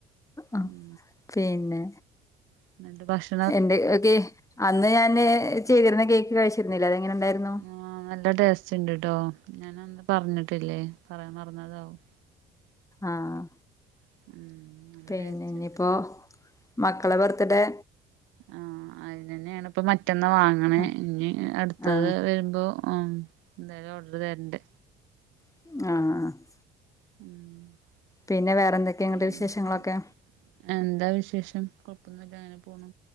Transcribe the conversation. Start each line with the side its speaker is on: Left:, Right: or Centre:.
Left: ആഹ്
Right: ഉം
Left: പിന്നെ
Right: ഇന്ന്, ന്ത ഭശ്....
Left: എന്റെ ഓക്കെ, അന്ന് ഞാന് ചെയ്തിരുന്ന കേക്ക് കഴിച്ചിരുന്നില്ലേ? അത്, എങ്ങനെ ഉണ്ടായിരുന്നു.
Right: ആഹ്‌, നല്ല ടേസ്റ്റ് ഇണ്ട് ട്ടോ? ഞാനന്ന് പറഞ്ഞിട്ടില്ലേ? പറയാൻ മറന്നതാവും.
Left: ആഹ്‌.
Right: <unintelligible>
Left: പിന്നെ,
Right: ടേസ്റ്റ്
Left: ഇനി
Right: ഉണ്ട്
Left: പ്പോ, മക്കളെ ബർത്ത്ഡേ.
Right: ആഹ്‌, അതിന് തന്നെയാണ്. ഇപ്പ, മറ്റന്ന വാങ്ങണേ,
Left: ആഹ്
Right: ഇനി, അടുത്തത്
Left: ആഹ്
Right: വരുമ്പോ? ആഹ്‌, എന്തായാലും ഓർഡർ തരണ്ട്.
Left: ആഹ്‌, ആഹ്
Right: ഉം
Left: പിന്നെ, വേറെന്തൊക്കെയ ഇന്നട്ട്
Right: ഇത്
Left: വിശേഷങ്ങളൊക്കെ?
Right: എന്താ വിശേഷം. കൊഴപ്പൊന്നുല്ല, അങ്ങനെ പോണ്‌.